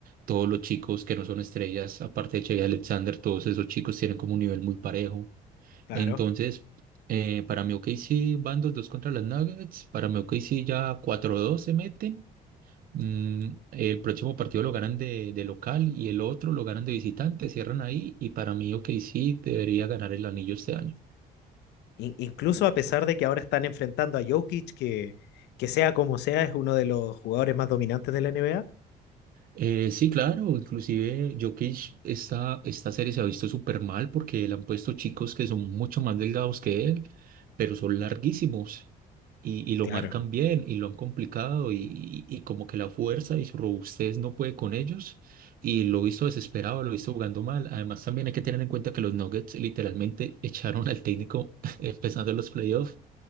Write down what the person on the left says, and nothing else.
Claro.
In- incluso a pesar de que ahora están enfrentando a Jokic, que, que sea como sea, es uno de los jugadores más dominantes de la NBA,
Claro.